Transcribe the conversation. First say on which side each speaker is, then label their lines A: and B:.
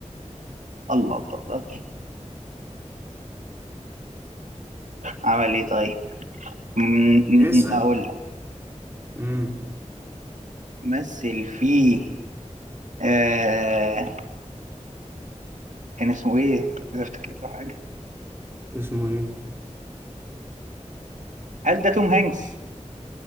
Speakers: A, on the right (about 80°); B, on the right (about 20°).
A: الله الله الله عمل ايه طيب م- م-
B: اسال
A: م- اقول لك
B: امم
A: مثل في آه... كان اسمه ايه اذا افتكر له حاجه
B: اسمه ايه
A: هل ده توم هانكس